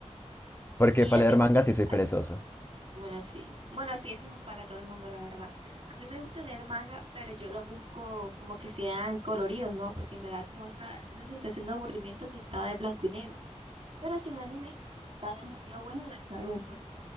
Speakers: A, on the left (about 20°); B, on the right (about 50°).
A: porque
B: ¿Y
A: para
B: hace
A: leer
B: cuánto
A: manga sí
B: te-
A: soy
B: has-
A: perezoso,
B: Bueno, sí. Bueno, sí, eso no es para todo el mundo, la verdad. A mí me gusta leer manga, pero yo lo busco como que sean coloridos, ¿no? Porque me da como esa, esa sensación de aburrimiento si está de blanco y negro. Pero si un anime está demasiado bueno, la verdad no me importa.